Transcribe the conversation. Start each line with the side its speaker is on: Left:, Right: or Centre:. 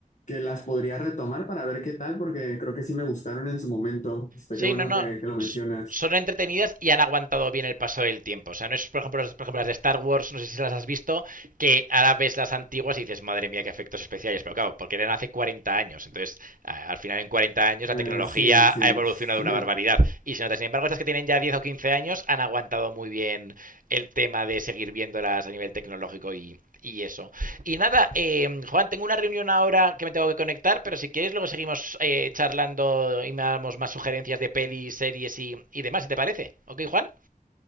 Left: que las podría retomar para ver qué tal, porque creo que sí me gustaron en su momento. Este,
Right: Sí,
Left: qué bueno
Right: no, no.
Left: que, que lo mencionas.
Right: s- Son entretenidas y han aguantado bien el paso del tiempo. O sea, no es, por ejemplo, las, por ejemplo, las de Star Wars, no sé si las has visto, que ahora ves las antiguas y dices, madre mía, qué efectos especiales. Pero claro, porque eran hace 40 años. Entonces, a- al final, en 40 años, la
Left: Eh,
Right: tecnología
Left: sí, sí.
Right: ha evolucionado una
Left: <laughs>
Right: barbaridad. Y se nota, sin embargo, estas que tienen ya 10 o 15 años han aguantado muy bien el tema de seguir viéndolas a nivel tecnológico y, y eso. Y nada, eh, Juan, tengo una reunión ahora que me tengo que conectar, pero si quieres luego seguimos eh, charlando y me damos más sugerencias de pelis, series y, y demás, si te parece. ¿Ok, Juan?